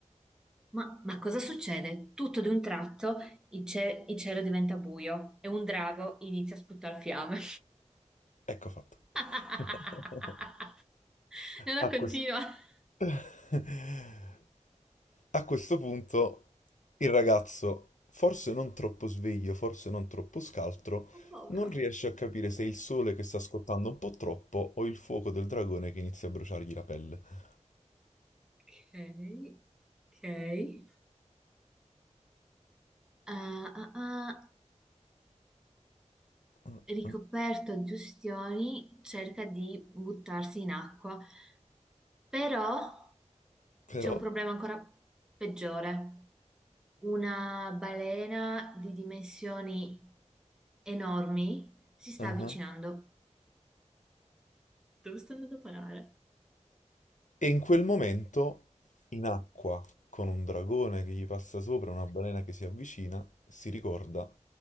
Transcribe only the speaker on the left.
Ecco fatto.
<laughs>
A
questo. <laughs> A questo punto il ragazzo, forse non troppo sveglio, forse non troppo scaltro,
non riesce a capire se è il sole che sta scottando un po' troppo o il fuoco del dragone che inizia a bruciargli la pelle.
Mm,
mm,
Però...
mhm.
E in quel momento, in acqua, con un dragone che gli passa sopra, una balena che si avvicina, si ricorda